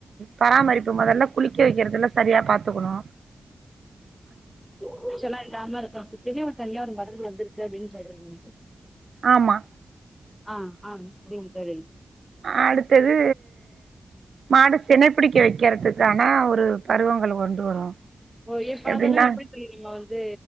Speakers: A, on the right; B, in the centre.
A: பராமரிப்பு மொதல்ல குளிக்க வைக்கிறதுல்லா சரியா பாத்துக்கணு
B: பூச்சல்லா இல்லாம இருக்கறதுக்குனே ஒரு தனியா ஒரு மருந்து வந்திருக்கு அப்டினு சொல்றீங்க
A: ஆமா
B: ஆ ஆ சரிங் தோழி
A: அடுத்தது மாடு சினை பிடிக்க வைக்கிறதுக்கானா ஒரு பருவங்கள் கொண்டு வரு
B: ஓ எப்ப
A: எப்டின்னா
B: அதலா எப்டி தோழி நம்ம வந்து